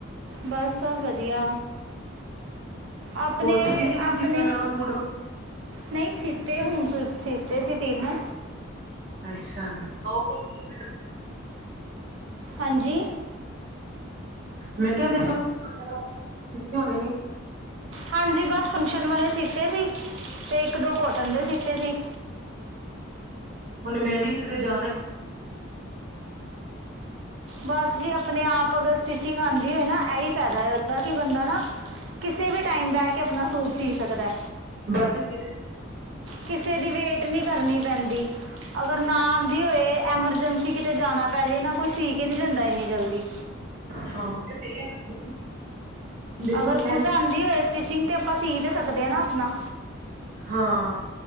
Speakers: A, on the right (about 65°); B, on the right (about 45°).
A: ਬਸ ਸਬ ਵਦੀਆ। ਆਪਣੇ-ਆਪਣੇ
B: ਹੋਰ ਤੁਸੀਂ ਨੀ ਕੋਈ ਸੀਤਾ ਨਵਾਂ ਸੂਟ ਵ
A: ਨਹੀਂ ਸੀਤੇ ਆ ਹੁਣ ਸੀ ਸੀਤੇ ਸੀ ਤਿੰਨ ਨੂ।
B: ਅੱਛਾ <unintelligible>
A: ਹਾਂਜੀ।
B: ਮੈਂ ਕੇਆ ਇਦੇ ਕੋਲ ਪੁਛ ਲੋ, ਕੀੱਥੇ ਹੋਣੇ ਨੇ।
A: ਹਾਂਜੀ, ਬਸ ਫੰਕਸ਼ਨ ਵਾਲੇ ਸੀਤੇ ਸੀ, ਤੇ ਇੱਕ-ਦੋ ਕੋਟਨ ਦੇ ਸੀਤੇ ਸੀ।
B: ਹੁਣ ਮੈਂ ਵੀ ਕਿਦਰੇ ਜਾਣੈ
A: ਬਸ ਜੀ, ਆਪਣੇ ਆਪ ਅਗਰ ਸਟਿੰਚਿੰਗ ਆਂਦੀ ਏ ਨਾ ਏਹੀ ਫਾਐਦਾ ਏ ਉਦਾ ਕੀ ਬੰਦਾ ਨਾ ਕਿਸੇ ਵੀ ਟਾਈਮ ਬੈ ਕੇ ਆਪਣਾ ਸੂਟ ਸੀ ਸਕਦੈ।
B: ਬੱਸ ਫਿਰ
A: ਕਿਸੇ ਦੀ ਵੇਟ ਨੀ ਕਰਨੀ ਪੈਂਦੀ ਅਗਰ ਨਾ ਆਂਦੀ ਓਏ ਐਮਰਜੈਂਸੀ ਕਿਤੇ ਜਾਣਾ ਪੈ ਜੇ ਨਾ ਕੋਈ ਸੀਂ ਕੇ ਨੀ ਦੇਂਦਾ ਇੰਨੀ ਜਲਦੀ।
B: ਹਾਂ <unintelligible> ਦੇਖੋ
A: ਅਗਰ
B: ਮੈਂ
A: ਖੁਦ ਆਂਦੀ ਓਏ ਸਟਿਚਿੰਗ ਤਾਂ ਆਪਾਂ ਸੀ ਤਾਂ ਸਕਦੇ ਆਂ ਨਾ ਆਪਣਾ।
B: ਹਾਂ